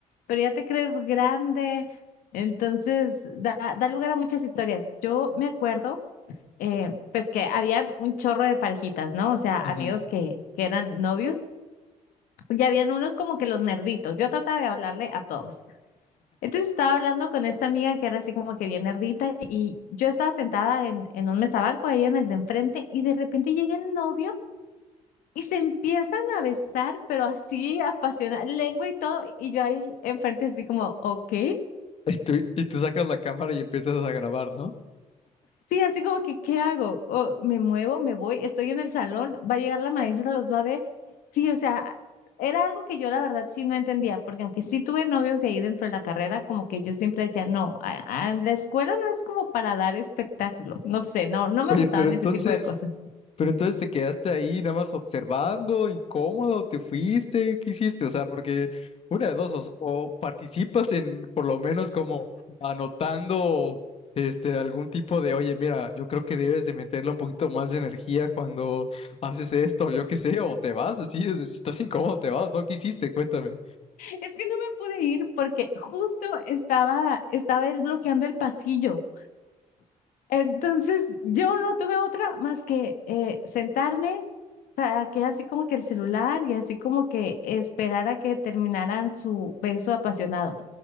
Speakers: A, on the left; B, on the left.
A: pero ya te crees grande, entonces da, da lugar a muchas historias. Yo me acuerdo, eh, pues que habían un chorro de parejitas, ¿no? O sea,
B: Ujú.
A: amigos que, que eran novios, y habían unos como que los nerditos, yo trataba de hablarle a todos. Entonces estaba hablando con esta amiga que era así como que bien nerdita y yo estaba sentada en, en un mesabanco, ella en el de enfrente y de repente llega el novio y se empiezan a besar, pero así apasionada, lengua y todo, y yo ahí enfrente así como, ok.
B: Y tú, y tú sacas la cámara y empiezas a grabar, ¿no?
A: Sí, así como que, ¿qué hago? O, me muevo, me voy, estoy en el salón, va a llegar la maestra, los va a ver. Sí, o sea, era algo que yo la verdad sí no entendía, porque aunque sí tuve novios de ahí dentro de la carrera, como que yo siempre decía, no, a- a- la escuela no es como para dar espectáculo, no sé, no, no me
B: Oye,
A: gustaban
B: pero entonces,
A: ese tipo de cosas. <laughs>
B: Pero entonces te quedaste ahí nada más observando, incómodo, te fuiste, ¿qué hiciste? O sea, porque una de dos, o, o participas en por lo menos como anotando este algún tipo de, oye, mira, yo creo que debes de meterle un poquito más de energía cuando haces esto, yo qué sé, o te vas, así, es- si estás incómodo, te vas, ¿no? ¿Qué hiciste? Cuéntame.
A: Es que no me pude ir porque justo estaba, estaba él bloqueando el pasillo. Entonces yo no tuve otra más que eh, sentarme, saqué así como que el celular y así como que esperar a que terminaran su beso apasionado.